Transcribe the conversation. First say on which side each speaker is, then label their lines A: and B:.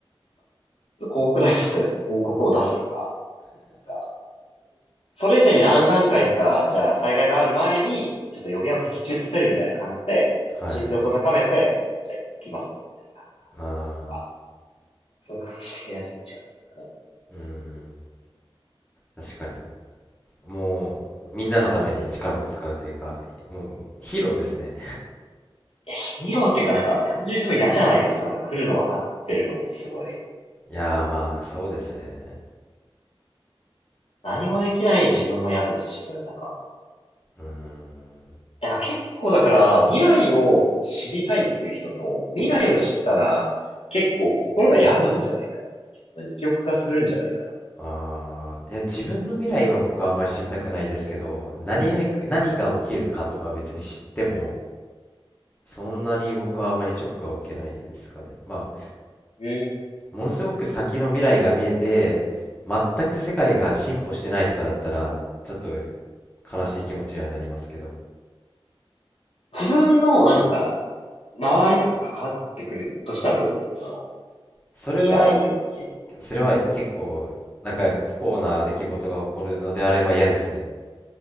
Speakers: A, on the left; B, on the left.
A: 広告代理店で広告を出すとか、なんか、それ以前に何段階か、じゃあ災害がある前に、ちょっと予言を的中させるみたいな感じで、
B: あ、はい。
A: 信憑性を高めて、じゃあ行きますよ、みたいな感じで出すとか。
B: ああ、
A: そういう感じでやるんじゃないですかね。
B: うん。確かに。もう、みんなのために力を使うというか、もう、ヒーローですね。
A: え、ヒーローっていうかなんか、単純にすごい嫌じゃないですか。なんか来るの分かってるのってすごい。
B: いやー、まあ、そうですね。
A: 何もできない自分も嫌ですし、
B: まあ、
A: それなんか、
B: うーん。
A: いや、結構だから未来を知りたいっていう人と、未来を知ったら結構心が病むんじゃないかって人と二極化するんじゃないかなって思うんです
B: ああ、いや、自分の未来は僕はあんまり知りたくないですけど、何、何が起きるかとかは別に知っても、そんなに僕はあまりショックは受けないですかね。まあ、
A: けど。うん
B: ものすごく先の未来が見えて、全く世界が進歩してないとかだったら、ちょっと悲しい気持ちにはなりますけど、
A: 自分のなんか、周りとか関わってくるとしたらどうですかその、
B: それは、
A: 未来予知の。
B: それは結構、
A: え
B: なんか不幸な出来事が起こるのであれば嫌ですね。